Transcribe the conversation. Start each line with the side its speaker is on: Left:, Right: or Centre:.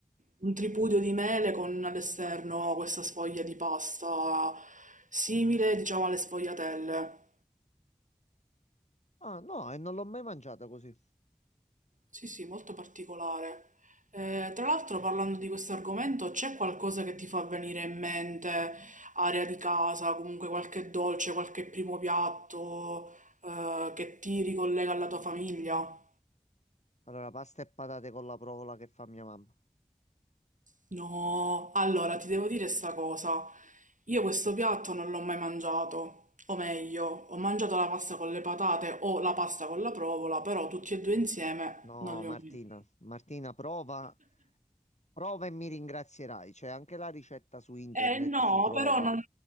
Right: un tripudio di mele con all'esterno questa sfoglia di pasta simile, diciamo, alle sfogliatelle.
Left: Ah, no, e non l'ho mai mangiata così.
Right: Sì, sì, molto particolare. Eh, tra l'altro, parlando di questo argomento, c'è qualcosa che ti fa venire in mente, area di casa, comunque qualche dolce, qualche primo piatto, eh, che ti ricollega alla tua famiglia?
Left: Allora, pasta e patate con la provola che fa mia mamma.
Right: No, allora ti devo dire sta cosa. Io questo piatto non l'ho mai mangiato, o meglio, ho mangiato la pasta con le patate o la pasta con la provola, però tutti e due insieme
Left: No,
Right: non li
Left: Martina,
Right: ho mai
Left: Martina, prova, prova e mi ringrazierai. C'è anche la ricetta su internet,
Right: Eh no,
Left: si trova.
Right: però non,